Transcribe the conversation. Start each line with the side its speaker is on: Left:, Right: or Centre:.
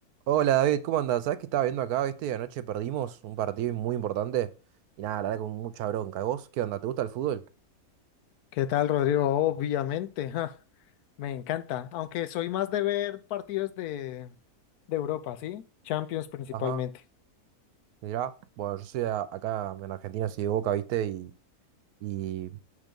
Right: Hola David, ¿cómo andás? ¿Sabés que estaba viendo acá, viste? Anoche perdimos un partido muy importante y nada, la verdad con mucha bronca. ¿Y ¿Vos qué onda? ¿Te gusta el fútbol?
Left: ¿Qué tal, Rodrigo? Obviamente, <laughs> ja, me encanta, aunque soy más de ver partidos de, de Europa, ¿sí? Champions principalmente.
Right: Ajá, mirá. Bueno, yo soy a- acá en Argentina, soy de Boca, viste, y, y